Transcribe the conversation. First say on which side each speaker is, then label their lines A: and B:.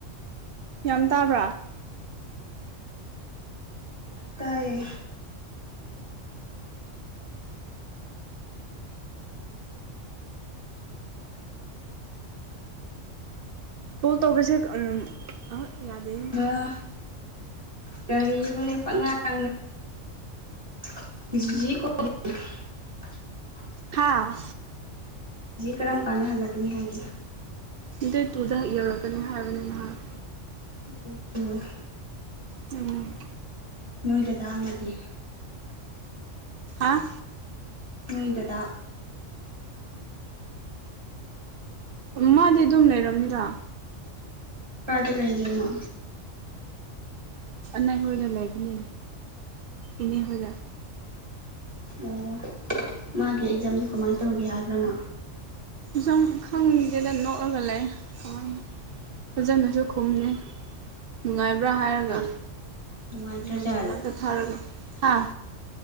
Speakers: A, on the right; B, on the right.
A: ꯌꯥꯝ ꯇꯥꯕ꯭ꯔꯥ
B: ꯇꯥꯏꯌꯦ
A: ꯇꯣꯜ ꯇꯧꯕꯁꯦ ꯑ ꯌꯥꯗꯦꯅꯦ
B: ꯉꯔꯥꯡ ꯀꯔꯤꯅꯣꯅꯦ ꯄꯉꯥꯡꯅꯦ ꯀ
A: ꯍꯥꯥ
B: ꯀꯔꯝ ꯀꯥꯟꯍꯜꯂꯛꯅꯤ ꯍꯥꯏꯒ
A: ꯗꯦ ꯇꯨꯗ ꯍ ꯌꯧꯔꯛꯀꯅꯤ ꯍꯥꯏꯕꯅꯤ ꯅꯍꯥꯛ
B: ꯑꯗꯨꯗꯣ
A: ꯎꯝ
B: ꯅꯣꯏ ꯂꯗꯥ ꯑꯃꯒꯤꯒꯦ
A: ꯑꯥ
B: ꯅꯣꯏꯗꯗ
A: ꯃꯥꯗꯤ ꯑꯗꯨꯝ ꯂꯩꯔꯕꯝꯅꯤꯗ
B: ꯄꯥꯗ ꯂꯩꯒꯃ
A: ꯅ ꯍꯔ ꯂꯩꯒꯅꯤ ꯏꯅꯦ ꯍꯗ
B: ꯑꯣ ꯃꯥꯒꯤ ꯑꯦꯛꯖꯥꯝꯗꯣ ꯀꯃꯥꯏꯅ ꯇꯧꯒꯦ ꯍꯥꯏꯕ꯭ꯔꯃꯣ
A: ꯁꯨꯝ ꯈꯪꯒꯦꯗ ꯅꯣꯛꯑꯒ ꯂꯩ ꯀꯃꯥꯏ ꯐꯖꯅꯁꯨ ꯈꯨꯝꯅꯤ ꯅꯨꯡꯉꯥꯏꯕ ꯭ꯔꯥ ꯍꯥꯏꯔꯒ
B: ꯅꯨꯡꯉꯥꯏ ꯅꯨꯡꯉꯥꯏꯇ꯭ꯔꯖꯥꯠꯂꯥ
A: ꯃ ꯃꯣꯏꯁꯦ ꯉꯥꯛꯇ ꯊꯥꯔꯒ ꯍꯥꯥ